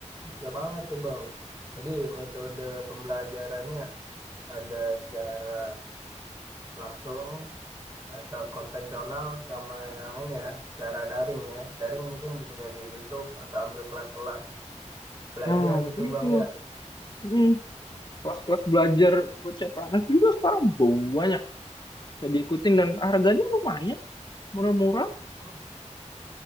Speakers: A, on the right; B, on the left.
A: bisa banget tuh Bang. Jadi metode pembelajarannya ada secara langsung, atau konvensional sama yang ini ya cara daring ya daring mungkin bisa dari YouTube atau ambil kelas-kelas belajar
B: Nah,
A: gitu
B: itu.
A: bang ya
B: Mm-mm.
A: Hmm.
B: Kelas-kelas belajar buat CPNS juga sekarang banyak bisa diikutin dan harganya lumayan murah-murah.
A: hmm,